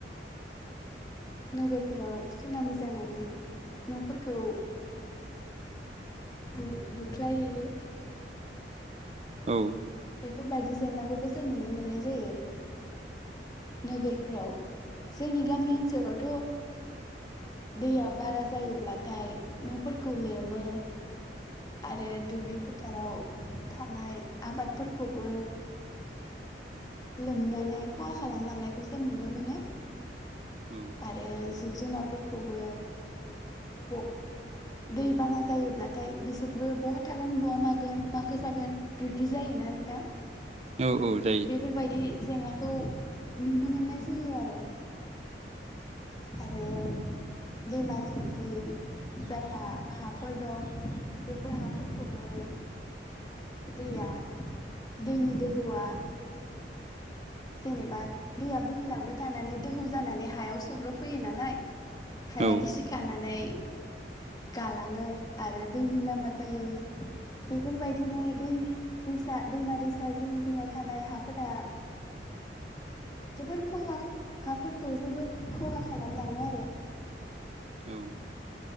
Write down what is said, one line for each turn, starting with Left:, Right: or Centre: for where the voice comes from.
Left: नोगोरफोराव सुनामि जानानै न'फोरखौ बु-बुख्लायहैयो।
Right: औ।
Left: बेफोरबायदि जेंनाखौबो जों नुनो मोननाय जायो नोगोरफोराव जोंनि गामि ओनसोलावथ' दैया बारा जायोब्लाथाय न'फोरखौ लोमो। आरो दुब्लि फोथाराव थानाय आबादफोरखौबो लोमनानै खहा खालामलांनायखौ जों नुनो मोनो।
Right: औ
Left: आरो जिब जुनारफोरखौबो ब दैबाना जायोब्लाथाय बिसोरबो बहा थागोन बहा मागोन माखो जागोन बिब्दि जायोना नोंथां।
Right: औ औ जायो
Left: बेफोरबायदि जेंना खौ नुनो मोननाय जायो आरो आरो दैमा जिं जिं जायहा हाफोर दं। बेफोर हाफोरखौबो दैया दैनि दोहौआ जेनेबा दैया बोहैलांबाय थानानै दोहौ जानानै हायाव सग्र'फैयो नालाय हाया
Right: औ
Left: गिसि खानानै गालाङो आरो दैनि लामा जायो बेफोरबायदिनो दै दैसा दैमा दैसा जिं जिङाव थानाय हाफोरा जोबोर खहा हाफोरखौ जोबोद खहा खालामलाङो आरो
Right: औ।